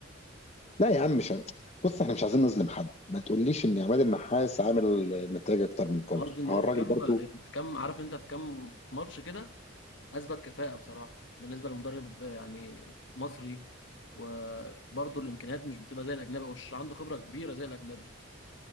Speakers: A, on the left; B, on the left.
A: لا يا عم مش هن- بص احنا مش عايزين نظلم حد ما تقوليش ان عماد النحاس عامل نتائج اكتر من كولر
B: قصدي إن هو
A: هو الراجل
B: في كام
A: برضو
B: يعني في كام عارف أنت في كام ماتش كده اثبت كفاءه بصراحه بالنسبه لمدرب آه، يعني مصري وبرضه الامكانيات مش بتبقى زي الاجنبي او مش عنده خبره كبيره زي الاجنبي